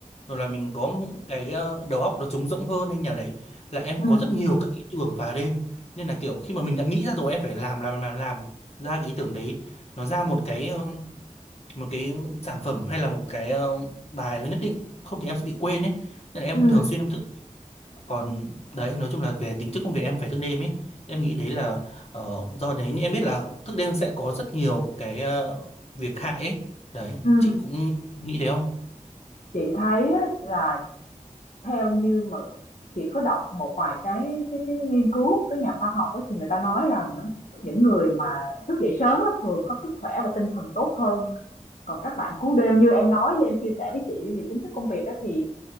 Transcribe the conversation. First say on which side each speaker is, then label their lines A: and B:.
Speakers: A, on the left (about 50°); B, on the left (about 65°).
A: rồi là mình có một cái ờ, đầu óc nó trống rỗng hơn hay nào đấy là em
B: Ừ.
A: có rất nhiều các ý tưởng vào đêm nên là kiểu khi mà mình đã nghĩ ra rồi em phải làm làm làm làm ra cái ý tưởng đấy nó ra một cái ờ, một cái sản phẩm hay là một cái ờ, bài nó nhất định không thì em sẽ bị quên ấy nên là em
B: Ừ.
A: thường xuyên em thức còn đấy nói chung là về tính chất công việc em phải thức đêm ấy em nghĩ đấy là ờ, do đấy nhưng em biết là thức đêm sẽ có rất nhiều cái ờ, việc hại ấy đấy
B: Ừ.
A: chị cũng nghĩ thế không
B: Chị thấy á, là theo như mà chị có đọc một vài cái cái cái nghiên cứu các nhà khoa học ấy, thì người ta nói rằng á, những người mà thức dậy sớm á, thường có sức khỏe và tinh thần tốt hơn còn các bạn cú đêm như em nói với em chia sẻ với chị vì tính chất công việc á, thì